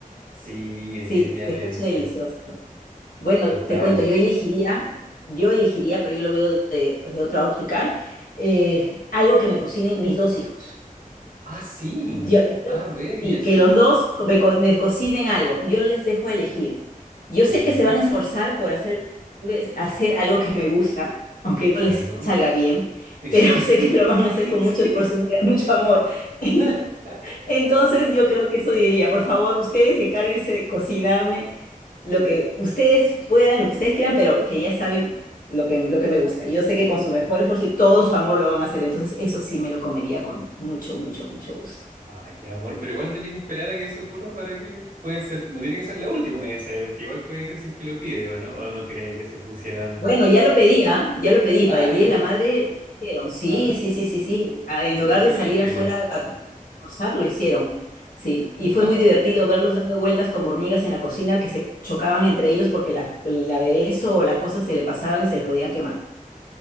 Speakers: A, on the right; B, on the left.
A: Sí, definitivamente.
B: Sí, se escucha delicioso. Bueno,
A: Total.
B: te cuento, yo elegiría, yo elegiría, pero yo lo veo de, de otra óptica, eh, algo que me cocinen mis dos hijos.
A: Ah, sí.
B: Yo- que
A: A
B: yo-
A: ver, ¿y
B: sí,
A: eso?
B: que los dos co- me, co- me cocinen algo. Yo les dejo elegir. Yo sé
A: Ya,
B: que se van a esforzar por hacer, pues, hacer algo que me gusta, aunque no
A: claro.
B: les salga bien,
A: <laughs> Eso
B: pero <laughs>
A: sí.
B: sé que lo van a hacer con
A: Sí.
B: mucho esfuerzo y mucho amor. <laughs>
A: <laughs>
B: Entonces yo creo que eso diría, por favor, ustedes encárguense de cocinarme lo que ustedes puedan, lo que ustedes quieran, pero que ya saben lo que, lo que me gusta. Y yo sé que con su mejor esfuerzo y todo su amor lo van a hacer, entonces eso sí me lo comería con mucho, mucho, mucho gusto.
A: Ah, qué amor, pero igual no tiene que esperar a que eso ocurra para que puede ser, no tiene que ser la última necesariamente, igual puede ser si es que lo pide o no, o no cree que se pusieran.
B: Bueno, ya lo pedía, ya lo pedí,
A: Ah,
B: para el Día
A: lo
B: de
A: <laughs>
B: la Madre hicieron, sí,
A: Ajá.
B: sí, sí, sí, sí, Ah, en
A: Y se
B: lugar
A: pusieron
B: de salir
A: las pilas.
B: afuera a co- a almorzar, lo hicieron, sí, y
A: <laughs>
B: fue muy divertido verlos dando vueltas como hormigas en la cocina que se chocaban entre ellos porque la- el aderezo o las cosas se le pasaban y se les podían quemar.